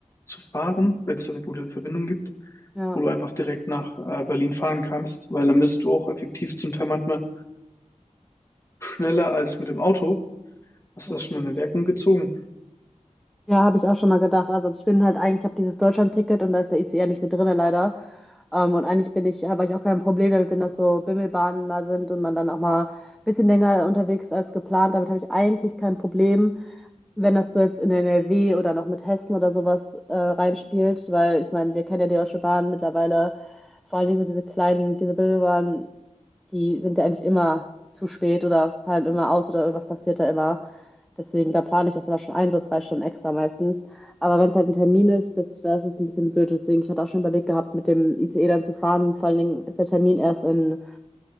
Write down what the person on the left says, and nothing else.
zu fahren, wenn es da eine gute Verbindung gibt,
wo du einfach direkt nach äh, Berlin fahren kannst, weil dann bist du auch effektiv zum Teil manchmal schneller als mit dem Auto. Hast
du das schon
mal in Erwägung gezogen?